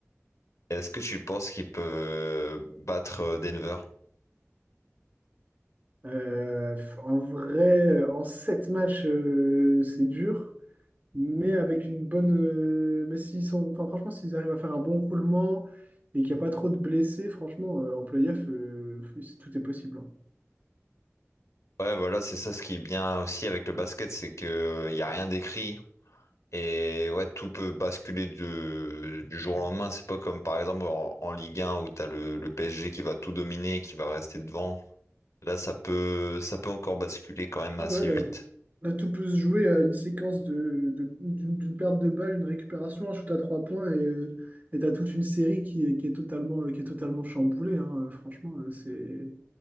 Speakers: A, on the left; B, on the right.
A: Est-ce que tu penses qu'ils peuvent battre euh, Denver?
B: Euh, en vrai, en 7 matchs, euh, c'est dur. mais avec une bonne. euh, mais s'ils sont, enfin, franchement, s'ils arrivent à faire un bon roulement et qu'il n'y a pas trop de blessés, franchement, euh, en playoff, euh, c'est- tout est possible. hein.
A: Ouais, voilà, c'est ça ce qui est bien aussi avec le basket, c'est que euh, il y a rien d'écrit. Et ouais, tout peut basculer de- du jour au lendemain. C'est pas comme par exemple en, en Ligue 1 où t'as le, le PSG qui va tout dominer et qui va rester devant. Là, ça peut, ça peut encore basculer quand même
B: Ah
A: assez
B: bah là,
A: vite.
B: là, tout peut se jouer à une séquence de, de- d'une d'une perte de balle, une récupération, un shoot à trois points et euh, et t'as toute une série qui est, qui est totalement, euh, qui est totalement chamboulée. hein. Euh, Franchement, euh, c'est,